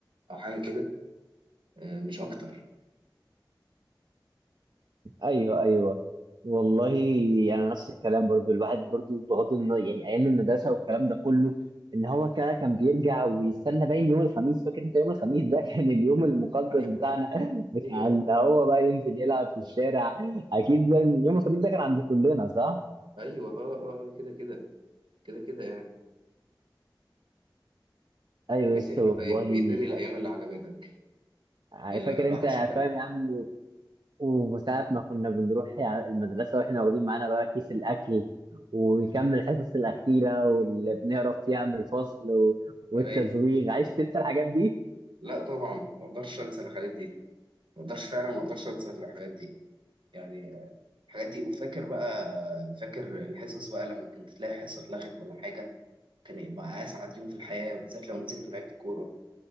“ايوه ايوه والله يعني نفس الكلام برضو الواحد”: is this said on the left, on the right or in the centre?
Right